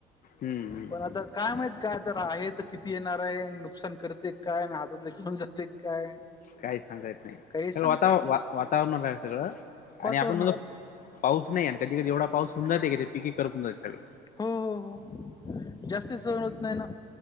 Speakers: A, on the left; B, on the left.
A: हम्म हम्म.
B: पण आता काय माहत काय तर आहे तर किती येणार आहे नुकसान करते काय हात. घेऊन जाते काय
A: काही सांगता येत नाही.
B: काही सांगताय
A: सगळं वाता
B: ना.
A: वातावरण आहे सगळं
B: <unintelligible>
A: आणि आपण म्हणतो पाऊस नाही, अन कधी कधी एवढा पाऊस होन जाते कि ते पिकी करपून जाते सगळं.
B: हो हो हो, जास्ती सहन होत नाही ना.